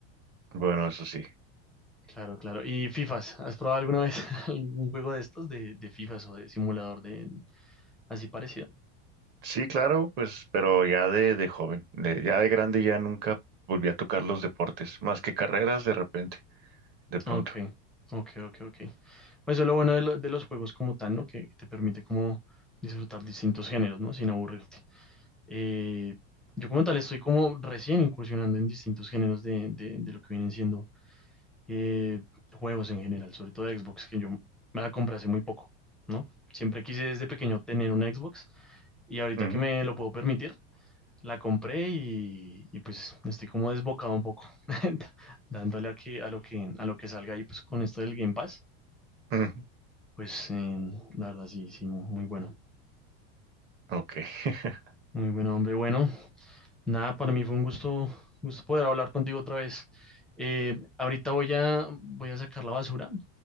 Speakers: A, on the right; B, in the centre.
A: bueno, eso sí.
B: Claro, claro. ¿Y FIFAs? ¿Has probado alguna vez <laughs> algún juego de estos de, de FIFAs o de simulador de así parecido?
A: Sí, claro, pues, pero ya de, de joven, de- ya de grande ya nunca volví a tocar los deportes, más que carreras de repente, de pronto.
B: Ok, ok, ok, ok. Pues eso es lo bueno de, lo- de los juegos como tal, ¿no? Que, que te permite como disfrutar distintos géneros, ¿no? Sin aburrirte. Eh, yo como tal estoy como recién incursionando en distintos géneros de, de- de lo que vienen siendo eh, juegos en general, sobre todo de Xbox, que yo me la compré hace muy poco, ¿no? Siempre quise desde pequeño tener una Xbox y ahorita
A: Ujú,
B: que me lo puedo permitir, la compré y, y pues estoy como desbocado un poco, <laughs> dándole aquí a lo que, a lo que salga y pues con esto del Game Pass,
A: ujú.
B: pues eh, la verdad sí, sí, muy bueno.
A: Ok, <laughs>
B: Muy bueno, hombre, bueno, Nada, para mí fue un gusto, gusto poder hablar contigo otra vez. Eh, ahorita voy a, voy a sacar la basura,